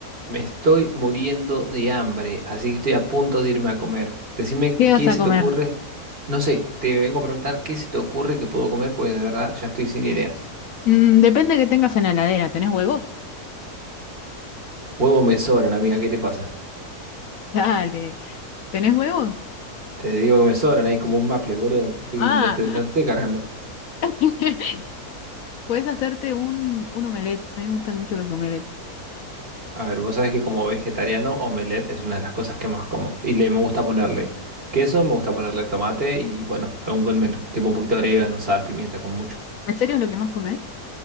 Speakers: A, on the right (about 40°); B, on the left (about 65°).
A: Me estoy muriendo de hambre, así que estoy a punto de irme a comer. Decime
B: ¿Qué
A: qué
B: vas a
A: se
B: comer?
A: te ocurre. No sé, te vengo a preguntar qué se te ocurre que puedo comer porque de verdad ya estoy sin ideas.
B: Mm, depende que tengas en la heladera. ¿Tenés huevos?
A: Huevos me sobran, amiga, ¿qué te pasa?
B: <laughs> Dale. ¿Tenés huevos?
A: Te digo que me sobran, hay como un maple, boludo. Te estoy-
B: Ah.
A: no te, no te estoy cargando.
B: <laughs> Podés hacerte un, un omelette. A mí me gustan mucho los omelettes.
A: A ver, vos sabés que como vegetariano, omelette es una de las cosas que más como. Y le me gusta ponerle queso, me gusta ponerle tomate y bueno, algún condimento. Tipo un poquito de orégano, sal, pimienta, con mucho.
B: ¿En serio es lo que más comes?